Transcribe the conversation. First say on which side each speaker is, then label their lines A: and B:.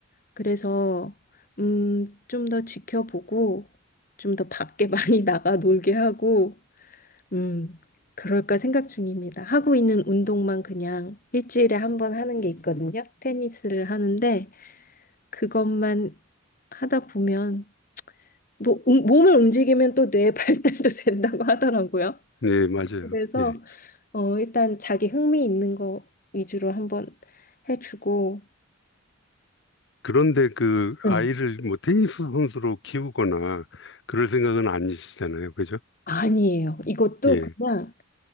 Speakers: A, on the left; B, on the left.
A: 그래서, 음, 좀 더 지켜보고, 좀 더 밖에 <laughs> 많이 나가 놀게 하고, 음, 그럴까 생각 중입니다. 하고 있는 운동만 그냥 일주일에 한 번 하는 게 있거든요. 테니스를 하는데 그것만 하다 보면 뭐 음, 몸을 움직이면 또 뇌 발달도 <laughs> 된다고 하더라고요.
B: 네, 맞아요.
A: 그래서
B: 예.
A: 어, 일단 자기 흥미 있는 거 위주로 한번 해주고
B: 그런데 그
A: 네.
B: 아이를 뭐 테니스 선수로 키우거나 그럴 생각은 아니시잖아요. 그죠?
A: 아니에요. 이것도
B: 예.
A: 그냥